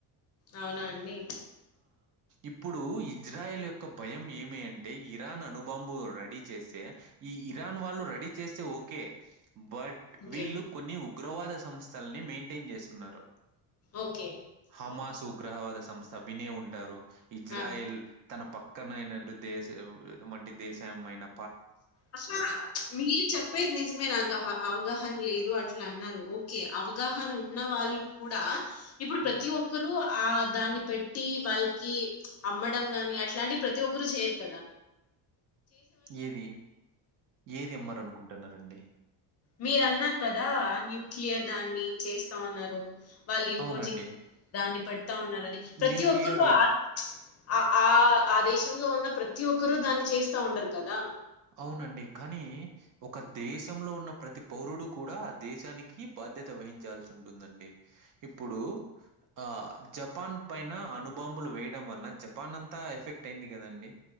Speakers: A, on the left; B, on the right.
A: అవునా అండి
B: ఇప్పుడూ ఇజ్రాయల్ యొక్క భయం ఏమి అంటే ఇరాన్ అణుబాంబు రెడీ చేస్తే ఈ ఇరాన్ వాళ్ళు రెడీ చేస్తే ఓకే భట్
A: ఓకే
B: వీళ్ళు కొన్ని ఉప్ ఉగ్రవాద సంస్థ సంస్థల్ని మైంటైన్ చేస్తున్నారు
A: ఒకే
B: హమాస్ ఉగ్రవాద సంస్థ వినే ఉంటారు ఇజ్రాయిల్
A: ఆ
B: తన పక్కనయినట్టు దేశ వంటి దేశమైనా
A: అట్ననా మీరు చెప్పేది నిజమే నాకు అవగాహన లేదు అట్లన్నారు ఓకె అవగాహన ఉన్న వాళ్ళు కూడా ఇప్పుడు
B: హ్మ్.
A: ప్రతి ఒక్కరూ ఆ దాన్ని పెట్టీ వాళ్ళకీ అమ్మడం గాని అట్లాంటి ప్రతి ఒక్కరు చేయరు కద
B: ఏది ఏది అమ్మరనుకుంటున్నారండి
A: మీరున్నరు కదా న్యూక్లియర్ దాన్నీ చేస్తా అన్నరు వాళ్ళు ఇంపోర్ట్
B: అవునండి.
A: ఛీ దాన్ని పెడతా ఉన్నారని ప్రతి
B: న్యూక్లియర్
A: ఒక్కరూ
B: వెప్
A: ఆన్ అ ఆ ఆ దేశంలో ఉన్న ప్రతి ఒక్కరూ దాన్ని చేస్తా ఉండరు కదా
B: అవునండి కానీ ఒక దేశంలొ ఉన్న ప్రతి పౌరుడు కూడా దేశానికి బాధ్యత వహించాల్సి ఉంటుందండి ఇప్పుడు ఆ జపాన్ పైన అణుబాంబులు వేయడం వల్ల జపాన్ అంతా ఎఫెక్ట్ అయింది కదండి